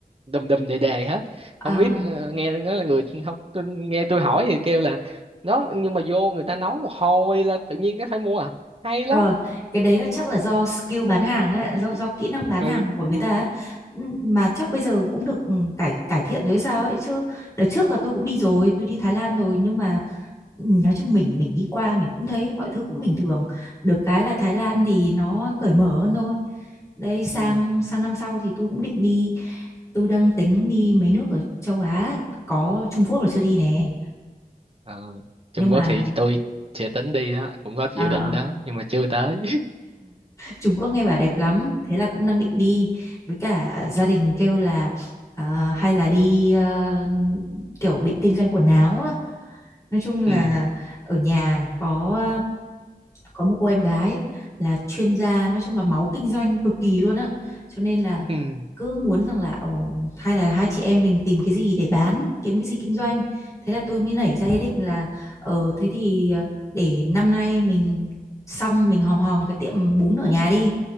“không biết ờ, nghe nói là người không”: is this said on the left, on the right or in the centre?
Right